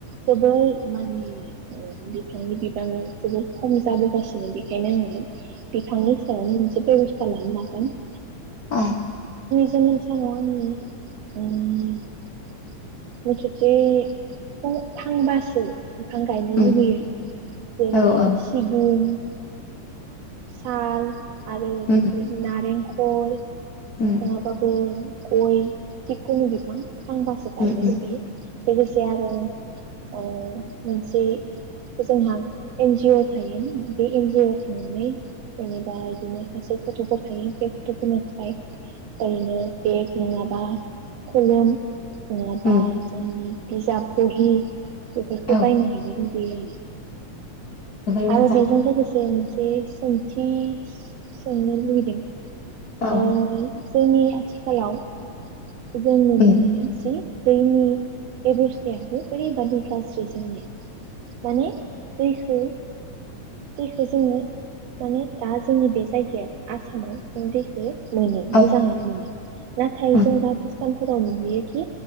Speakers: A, on the right (about 70°); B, on the left (about 90°).
A: जोबोर माने ओ बिफांनि बिबां जोबोर खम जाबोगासिनो बेखायनो आं नुगोन बिफांनि सायावनो मोनसे बेब'स्था लानो हागोन <inaudible>
B: अ
A: जोंनि आंनि समाव आंनि ओम <inaudible> बिफां गायनो लुुबैयो
B: उम
A: जेरै
B: औ औ
A: सिगुन साल आरो
B: उम
A: बिफोर नारें खल नङाबाबो
B: उम
A: गय जिकुनु बिफां थांबासो गायनो
B: उम उम
A: लुगैयो लोगोसे आरो ओ मोनसे जोंहा एन जि अ थायो बे एन जि अ थांनानै जेनेबा इदिनो खायसे गथ'फोर थायो टेप टेप होननो थाखाय ओरैनो बेग नङाबा खलम ङाबा
B: उम
A: जायनि बिजाब बहि बेफोरखौ
B: औ
A: बायनो होयो
B: जोबोर
A: <inaudible> आरो
B: मोजां
A: बेेजों लोगोसे मोनसे सोंथि सो सोंनो लुगैदों
B: औ
A: ओइ। जोंनि आथिखालाव जों नुनो
B: उम
A: मोनो जे दैनि बेबस्थायाबो ओरैबादि गाज्रि जोंनिया। माने दैखौ दैखौ जोङो माने दा जोंनि बे जायगायाव आसामाव जों दैखो मोनो मोजाङै
B: औ
A: मोनो। नाथाय
B: उम
A: जों दा दैफोराव नुयोखि